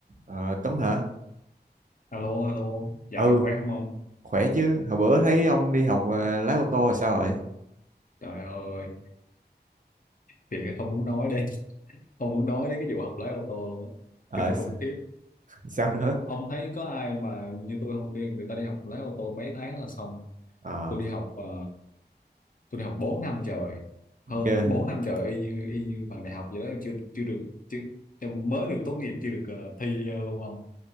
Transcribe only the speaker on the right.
Ờ, Tuấn hả?
Ừ,
khỏe chứ. Hồi bữa thấy ông đi học à, lái ô tô rồi sao rồi?
Ờ,
s-
sao nữa?
Ờ,
ghê.